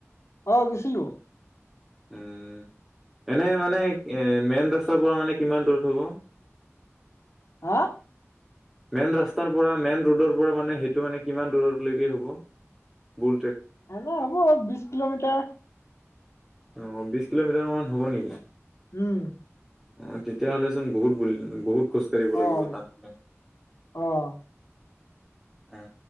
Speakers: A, on the left; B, in the centre.
A: অ গৈছিলো।
B: উম এনে মানে এ মেইন ৰাস তাৰ পৰা মানে কিমান দূৰত হ'ব?
A: হা?
B: মেইন ৰাস্তাৰ পৰা মেইন ৰোডৰ পৰা মানে সেইটো মানে কিমান দূৰলৈকে হ'ব বুলট্ৰেক?
A: হ নাই হব বিশ কিলোমিটাৰ।
B: অ, বিশ কিলোমিটাৰ মান হ'ব নেকি?
A: উম।
B: অ, তেতিয়াহ'লেচোন বহুত বুল, বহুত খোজ কাঢ়িব লাগিব
A: অ',
B: তাত গ'লে।
A: অ',
B: এ,